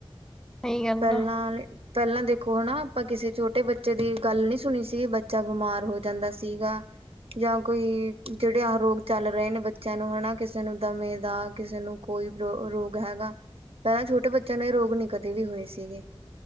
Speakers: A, in the centre; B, on the right.
A: ਸਹੀ ਗੱਲ
B: ਪਹਿਲਾਂ
A: ਆ
B: ਪਹਿਲਾਂ ਦੇਖੋ ਹਨਾ ਆਪਾਂ ਕਿਸੇ ਛੋਟੇ ਬੱਚੇ ਦੀ ਗੱਲ ਨਹੀਂ ਸੁਣੀ ਸੀਗੀ ਬੱਚਾ ਬਿਮਾਰ ਹੋ ਜਾਂਦਾ ਸੀਗਾ ਜਾਂ ਕੋਈ ਜਿਹੜੇ ਆਹ ਰੋਗ ਚੱਲ ਰਹੇ ਨੇ ਬੱਚਿਆਂ ਨੂੰ ਹਨਾ ਕਿਸੇ ਨੂੰ ਦਮੇ ਦਾ ਕਿਸੇ ਨੂੰ ਕੋਈ ਰੋ ਰੋਗ ਹੈਗਾ ਪਹਿਲਾਂ ਛੋਟੇ ਬੱਚਿਆਂ ਨੂੰ ਇਹ ਰੋਗ ਨੀ ਕਦੇ ਵੀ ਹੋਏ ਸੀਗੇ